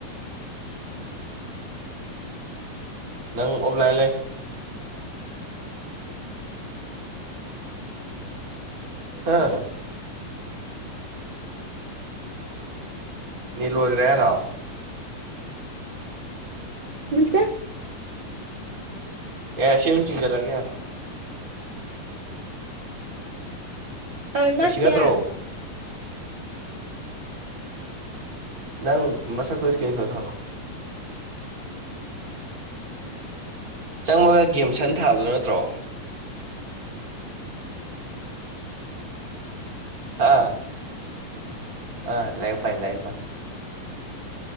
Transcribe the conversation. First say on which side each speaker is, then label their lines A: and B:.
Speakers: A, on the right (about 25°); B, on the right (about 70°).
A: ꯅꯪ ꯑꯣꯕ ꯂꯥꯢꯜ ꯂꯩꯩ ꯍꯥ ꯅꯦꯠ ꯂꯣꯢꯒ꯭ꯔꯦ ꯍꯥꯢꯔꯣ
B: ꯅꯠꯇꯦ
A: ꯌꯥꯔꯦ ꯁꯤ ꯑꯍꯨꯝ ꯆꯤꯡꯖꯤꯜꯂꯒꯦ ꯌꯥꯔꯦ
B: ꯑ ꯅꯠꯇꯦ
A: ꯑꯁꯤ ꯅꯠꯇ꯭ꯔꯣ ꯅꯪ ꯃꯁꯛꯇꯨ ꯏꯁꯀ꯭ꯔꯤꯟ ꯁꯣꯠ ꯊꯥꯔꯛꯑꯣ ꯆꯪꯕꯒ ꯒꯦꯝ ꯁꯟ ꯊꯥꯕꯗꯨ ꯅꯠꯇ꯭ꯔꯣ ꯑꯥ ꯑ ꯂꯩꯥ ꯄꯥꯏ ꯂꯩ ꯄꯥꯏ